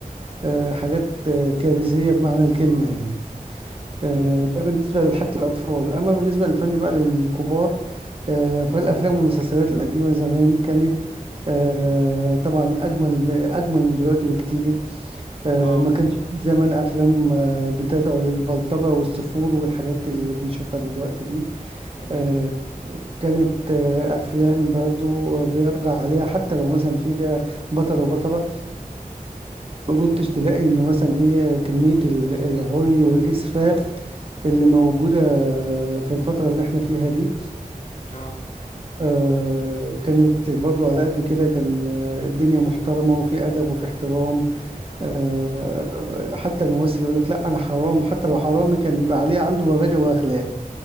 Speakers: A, on the right; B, on the left.
A: وحاجات كارثية بمعنى الكلمة يعني
B: امم
A: آه، ده بالنسبة لحاجة الأطفال أما بالنسبة للفن بقى للكبار آه، فالأفلام والمسلسلات القديمة زمان كانت آه، طبعا أجمل أجمل من دلوقتي بكتير آه،
B: اه
A: ما كانش في زمان أفلام آه، بتدعو للبلطجة والسفور والحاجات اللي بنشوفها دلوقتي دي
B: جميل
A: آه، كانت آه، أفلام برضو بيطغى عليها حتى لو مثلا فيها بطل وبطلة ما كنتش تلاقي ان مثلا ايه كمية ال- العري والاسفاف اللي موجودة في الفترة اللي احنا فيها دي
B: اه
A: آه، كانت برضو على قد كده كان آه، الدنيا محترمة وفي أدب وفي احترام آه، حتى الممثل يقول لك لا أنا حرام حتى لو حرامي كان بيبقى عليه عنده مبادئ وأخلاق